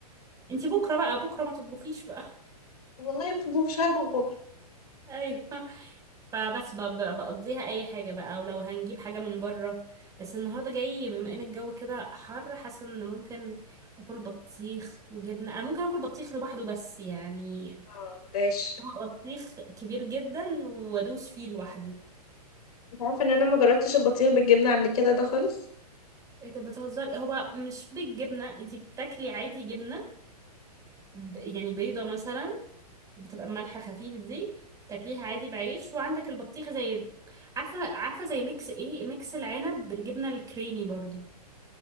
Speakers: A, on the right (about 15°); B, on the left (about 65°).
A: انتي بكرة بقى بكرة ما تطبخيش بقى
B: والله مخبوخ شاب بكره
A: <laughs> ايوه فبس ب- ب- بقضيها اي حاجه بقى او لو هنجيب حاجه من بره بس النهارده جاي بما ان الجو كده حر حاسه ان ممكن اكل بطيخ وجبنه انا ممكن اكل بطيخ لوحده بس يعني
B: اه ده عيش
A: طبق بطيخ كبير جدا وادوس فيه لوحدي
B: انت عارفه ان انا ما جربتش البطيخ بالجبنه قبل كده ده خالص
A: ايه ده بتهزري هو مش بالجبنه انتي بتاكلي عادي جبنه ب- يعني بيضه مثلا بتبقى ملح خفيف دي تاكليها عادي بعيش وعندك البطيخ زي عارفه عارفه زي ميكس ايه ميكس العنب بالجبنه الكريمي برضو